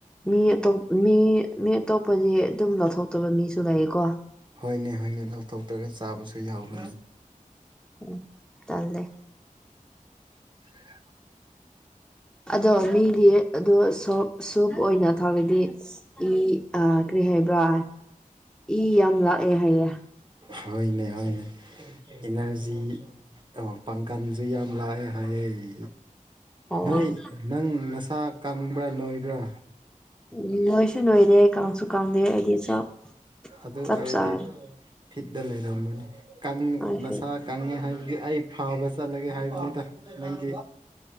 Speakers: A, in the centre; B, on the right (about 35°).
A: ꯃꯤꯑꯥꯇꯣꯞ ꯃꯤ ꯃꯤ ꯑꯇꯣꯞꯄꯗꯤ ꯑꯗꯨꯝ ꯂꯧꯊꯣꯛꯇꯕ ꯃꯤꯁꯨ ꯂꯩꯌꯦꯀꯣ꯫
B: ꯍꯣꯏꯅꯦ ꯍꯣꯏꯅꯦ ꯂꯧꯊꯣꯛꯇ꯭ꯔꯒ ꯆꯥꯕꯁꯨ ꯌꯥꯎꯔꯅꯤ꯫
A: ꯎꯝ ꯇꯥꯜꯂꯦ꯫
B: <inaudible>
A: ꯑꯗꯣ ꯃꯤꯗꯤ ꯑꯗꯣ ꯁꯣꯞ ꯁꯣꯞ ꯑꯣꯏꯅ ꯊꯛꯂꯤꯗꯤ꯫ ꯏ ꯑ ꯀꯔꯤ ꯍꯥꯏꯕ꯭ꯔꯥ ꯏ ꯌꯥꯝ ꯂꯥꯛꯑꯦ ꯍꯥꯏꯌꯦ꯫
B: ꯍꯣꯏꯅꯦ ꯍꯣꯏꯅꯦ꯫ ꯏꯅꯔꯖꯤ ꯑꯣ ꯄꯪꯊꯍꯟꯕꯁꯨ ꯌꯥꯝ ꯂꯥꯛꯑꯦ ꯍꯥꯏꯑꯦ꯫
A: ꯑꯣ
B: ꯅꯣꯏ ꯅꯪ ꯅꯁꯥ ꯀꯪꯕ꯭ꯔꯥ ꯅꯣꯏꯕ꯭ꯔꯥ꯫
A: ꯎ ꯃꯣꯏꯁꯨ ꯅꯣꯏꯔꯦ ꯀꯥꯡꯁꯨ ꯀꯥꯡꯗꯦ ꯑꯩꯗꯤ ꯆꯞ
B: ꯑꯗꯨ
A: ꯆꯞ
B: ꯑꯣꯏꯔꯗꯤ
A: ꯆꯥꯔꯦ
B: ꯐꯤꯠꯇ ꯂꯩꯔꯝꯝꯕꯅꯦ꯫ ꯀꯪ
A: ꯅꯣꯏꯁꯦ
B: ꯅꯁꯥ ꯀꯪꯉꯦ ꯍꯥꯏꯕꯗꯤ ꯑꯩ ꯐꯥꯕ ꯆꯠꯂꯒꯦ ꯍꯥꯏꯕꯅꯤꯗ ꯅꯪꯒꯤ꯫